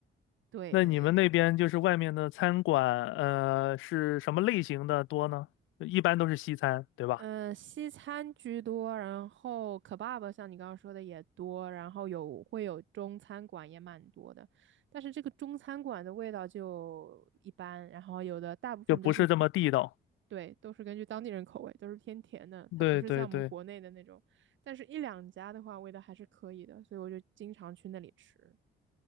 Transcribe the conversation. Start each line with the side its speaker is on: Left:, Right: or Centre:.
Right: 对，
Left: 那你们那边就是外面的餐馆，呃，是什么类型的多呢？一般都是西餐，对吧？
Right: 嗯，西餐居多，然后可爸爸像你刚刚说的也多，然后有会有中餐馆也蛮多的，但是这个中餐馆的味道就一般，然后有的大部分都是，
Left: 就不是这么地道。
Right: 对，都是根据当地人口味，都是偏甜的，它不是像我们国内的那种，
Left: 对对对
Right: 但是一两家的话味道还是可以的，所以我就经常去那里吃。